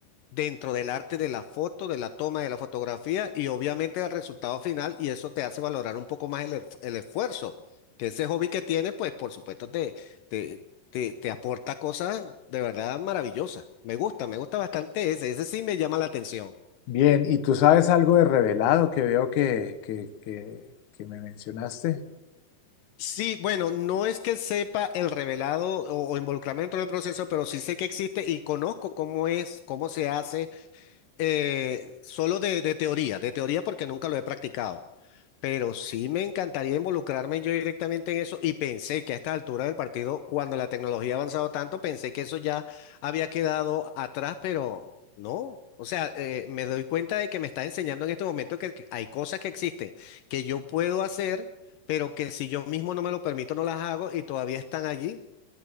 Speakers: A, on the left; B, on the left.
A: dentro del arte de la foto, de la toma, de la fotografía y obviamente del resultado final y eso te hace valorar un poco más el, esf- el esfuerzo. Que ese hobby que tienes, pues por supuesto te, te, te, te aporta cosas de verdad maravillosas. Me gusta, me gusta bastante ese, ese sí me llama la atención.
B: Bien, ¿y tú sabes algo de Revelado que veo que, que, que, que me mencionaste?
A: Sí, bueno, no es que sepa el revelado o, o involucrarme dentro del proceso, pero sí sé que existe y conozco cómo es, cómo se hace, eh, solo de de teoría, de teoría porque nunca lo he practicado. Pero sí me encantaría involucrarme yo directamente en eso y pensé que a esta altura del partido, cuando la tecnología ha avanzado tanto, pensé que eso ya había quedado atrás, pero no. O sea, eh, me doy cuenta de que me está enseñando en este momento que, que hay cosas que existen, que yo puedo hacer, pero que si yo mismo no me lo permito, no las hago y todavía están allí.